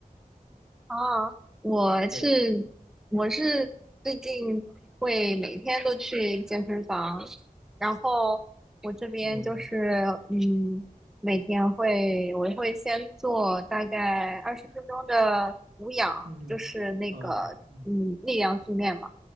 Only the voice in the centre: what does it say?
啊，我是我是最近会每天都去健身房，
然后我这边就是嗯，
每天会我会先做大概二十分钟的无氧，
就是那个嗯力量训练嘛，